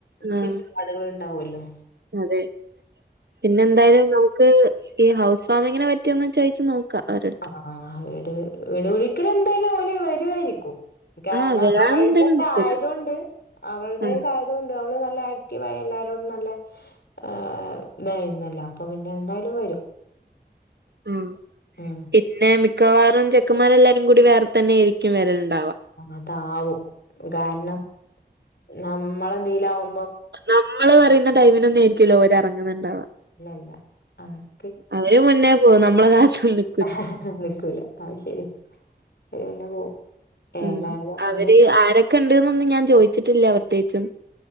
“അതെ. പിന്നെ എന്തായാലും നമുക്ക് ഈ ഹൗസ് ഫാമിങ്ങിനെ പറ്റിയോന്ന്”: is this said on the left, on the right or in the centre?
Right